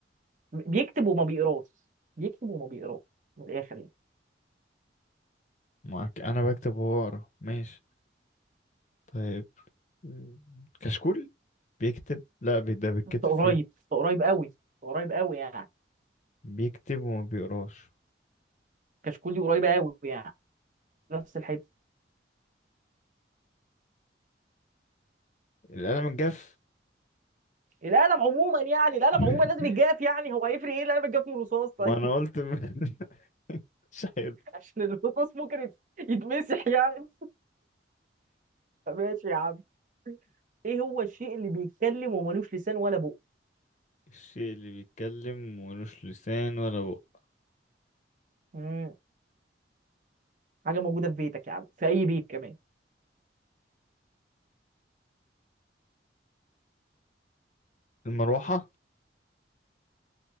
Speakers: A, on the right; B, on the left.
A: بيكتب وما بيقراش بيكتب وما بيقراش من الاخر يعني
B: معك أنا بكتب وهو يقرأ ماشي طيب مم. كشكول بيكتب لا بي- ده بيتكتب
A: انت قريب
B: فيه
A: انت قريب قوي أنت قريب قوي يعني
B: بيكتب وما بيقراش
A: كشكولي قريبه قوي يعني نفس الحته
B: القلم الجاف
A: القلم عموما يعني القلم
B: <laughs>
A: عموما لازم يتجاف يعني هو هيفرق ايه القلم يتجاف من الرصاص طيب
B: ما أنا قلت م- <laughs> مش عارف
A: <laughs> عشان الرصاص ممكن يت- يتمسح يعني فماشي يا عم ايه هو الشيء اللي بيتكلم وملوش لسان ولا بق
B: الشيء اللي بيتكلم ملوش لسان ولا بق
A: مم. حاجه موجوده في بيتك يا عم في اي بيت كمان
B: المروحة